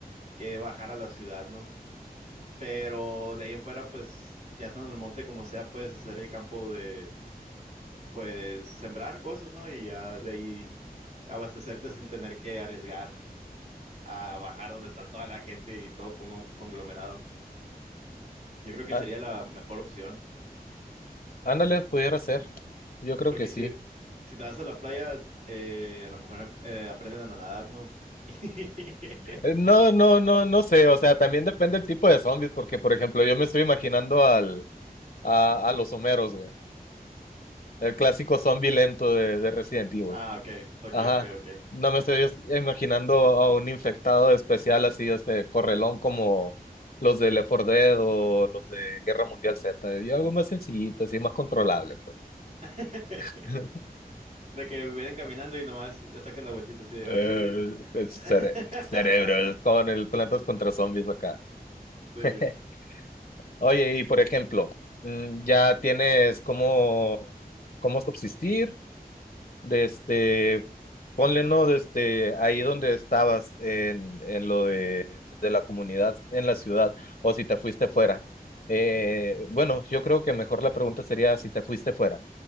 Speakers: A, on the right; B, on the left.
A: que bajar a la ciudad, ¿no? Pero de ahí en fuera, pues ya estando en el monte como sea, puedes hacer el campo de, pues sembrar cosas, ¿no? Y ya de ahí abastecerte sin tener que arriesgar a bajar donde está toda la gente y todo con- conglomerado. Yo creo que
B: Ah,
A: sería la mejor opción.
B: ándale, pudiera ser. Yo creo
A: Porque
B: que sí.
A: si, si te vas a la playa, eh, a lo mejor eh, aprenden a nadar, ¿no? <laughs>
B: Eh, no, no, no, no sé. O sea, también depende el tipo de zombies, porque, por ejemplo, yo me estoy imaginando al, a, a los Homeros, güey. El clásico zombie lento de, de Resident Evil.
A: Ah, ok, ok,
B: Ajá.
A: ok, ok.
B: No me estoy es- imaginando a un infectado especial así, este correlón como los de Left 4 Dead o los de Guerra Mundial Z. Yo algo más sencillito, así más controlable, pues.
A: <laughs>
B: <laughs>
A: De que vienen caminando y nomás le sacan la vueltita así de,
B: Eh,
A: oye.
B: pues,
A: <laughs>
B: cere- cerebros con el Plantas contra Zombies acá.
A: Sí,
B: <laughs> Oye, y por ejemplo, mm, ya tienes cómo, cómo subsistir, de este, ponle, ¿no? De este, ahí donde estabas en, en lo de, de la comunidad, en la ciudad, o si te fuiste fuera. Eh, bueno, yo creo que mejor la pregunta sería si te fuiste fuera.